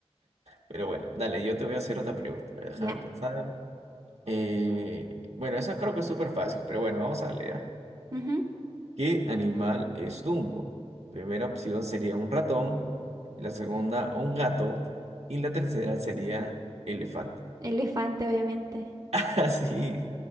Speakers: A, on the right (about 75°); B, on the right (about 35°).
A: Pero bueno, dale, yo te voy a hacer otra pregunta. Déjame
B: Ya.
A: pensar. Eh, bueno, eso creo que es súper fácil, pero bueno, vamos a darle ya.
B: Ujú,
A: ¿Qué animal es Dumbo? Primera opción sería un ratón, la segunda un gato y la tercera sería elefante.
B: Elefante, obviamente.
A: <laughs> Así,